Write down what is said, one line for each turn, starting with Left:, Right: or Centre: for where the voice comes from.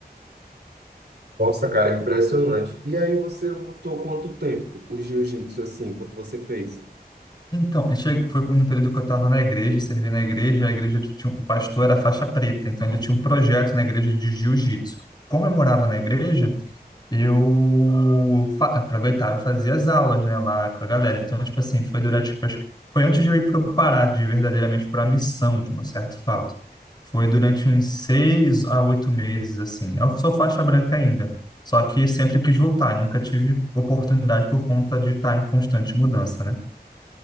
Right: Nossa, cara, impressionante. E aí você lutou quanto tempo o jiu-jitsu, assim, quando você fez?
Left: Então, eu che- foi no período que eu estava na igreja, servi na igreja, e a igreja tinha, o pastor era faixa preta, então ele tinha um projeto na igreja de jiu-jitsu. Como eu morava na igreja, eu fa- aproveitava e fazia as aulas, né, lá com a galera. Então, tipo assim, foi durante, tipo, acho que foi antes de eu ir para o Pará, de verdadeiramente para a missão, de um certo fato. Foi durante uns seis a oito meses, assim. Eu sou faixa branca ainda, só que sempre quis voltar, nunca tive oportunidade por conta de estar em constante mudança, né?